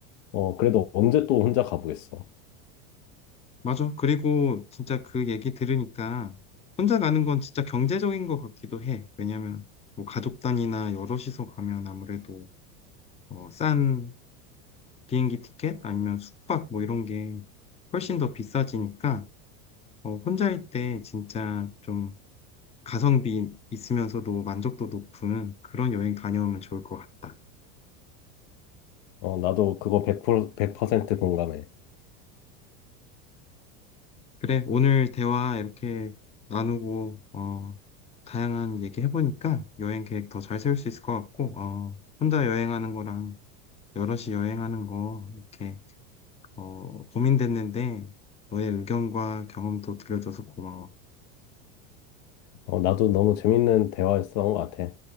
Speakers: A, on the left; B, on the left.
A: 어, 그래도 언제 또 혼자 가보겠어.
B: 맞아. 그리고 진짜 그 얘기 들으니까 혼자 가는 건 진짜 경제적인 것 같기도 해. 왜냐면 뭐 가족 단위나 여럿이서 가면 아무래도 어, 싼 비행기 티켓 아니면 숙박 뭐 이런 게 훨씬 더 비싸지니까 어, 혼자일 때 진짜 좀 가성비 있으면서도 만족도 높은 그런 여행 다녀오면 좋을 것 같다.
A: 어, 나도 그거 100%, 100% 공감해.
B: 그래, 오늘 대화 이렇게 나누고, 어, 다양한 얘기 해보니까 여행 계획 더 잘 세울 수 있을 것 같고, 어, 혼자 여행하는 거랑 여럿이 여행하는 거, 이렇게, 어, 고민됐는데, 너의 의견과 경험도 들려줘서 고마워.
A: 어, 나도 너무 재밌는 대화였던 것 같아.